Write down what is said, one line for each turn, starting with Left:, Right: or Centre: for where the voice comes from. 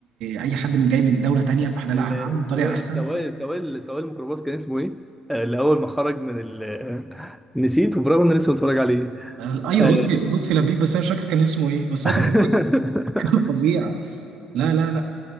Right: اي حد من جاي من دولة تانية فاحنا لا
Centre: ال-
Right: هنعامله
Centre: السواق
Right: بطريقة احسن
Centre: السواق السواق سواق الميكروباص كان اسمه ايه؟ آه، اللي هو ما خرج من ال <laughs> نسيت وبرغم ان انا لسه متفرج عليه
Right: آه، ايوه
Centre: آه.
Right: لطفي لطفي لبيب بس انا مش فاكر كان اسمه ايه بس
Centre: <laughs>
Right: هو كان فظيع <laughs> كان فظيع لا لا لا